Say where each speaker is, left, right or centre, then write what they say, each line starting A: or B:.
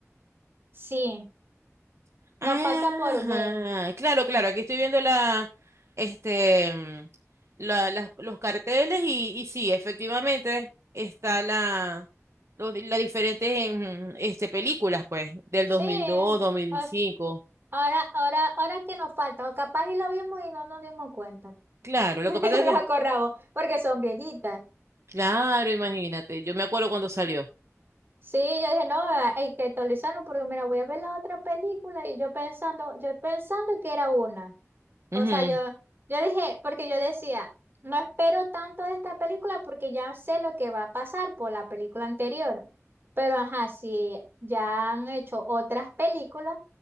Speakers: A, on the right; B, on the right.
A: Sí, nos
B: Ajá,
A: falta por ver.
B: claro, claro, aquí estoy viendo la, este, mm, la, las- los carteles y, y sí, efectivamente está la, los di- las diferentes, mm, este, películas, pues, del
A: Sí.
B: dos mil dos, dos mil
A: o
B: mil cinco.
A: sea, Ahora, ahora, ahora que nos falta, o capaz y lo vimos y no nos dimos cuenta.
B: Claro, lo
A: <laughs>
B: que pasa
A: No
B: es
A: nos
B: que,
A: acordamos, porque son viejitas.
B: claro, imagínate, yo me acuerdo cuando salió.
A: Sí, yo dije, no, ah, hay que actualizarlo porque mira, voy a ver la otra película y yo pensando, yo pensando que era una.
B: Ujú.
A: O sea, yo, yo dije, porque yo decía, no espero tanto de esta película porque ya sé lo que va a pasar por la película anterior. Pero ajá, si ya han hecho otras películas,